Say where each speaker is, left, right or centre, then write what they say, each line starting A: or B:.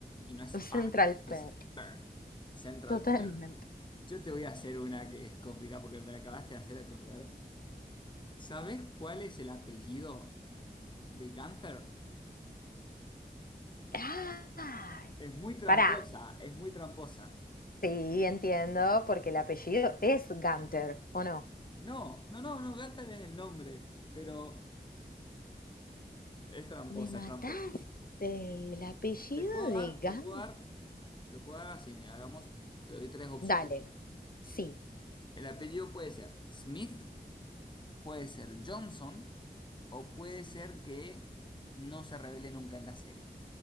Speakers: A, on the left (about 30°); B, on the left (about 60°).
A: Y no es
B: <laughs>
A: Park,
B: Central
A: es
B: Perk,
A: Perk. Central
B: totalmente.
A: Perk. Yo te voy a hacer una que es complicada porque me la acabaste de hacer acordar. ¿Sabes cuál es el apellido de Gunther?
B: Ah,
A: Es muy tramposa,
B: pará.
A: es muy tramposa.
B: Sí, entiendo, porque el apellido es Gunter, ¿o no?
A: No, no, no, no, Gunther es el nombre, pero es tramposa,
B: ¿Me mataste
A: es tramposa.
B: el apellido
A: Te puedo
B: de
A: dar,
B: Gan?
A: te puedo dar, te puedo dar así, mira, hagamos, te doy tres opciones.
B: Dale, Sí.
A: El apellido puede ser Smith, puede ser Johnson o puede ser que no se revele nunca en la serie.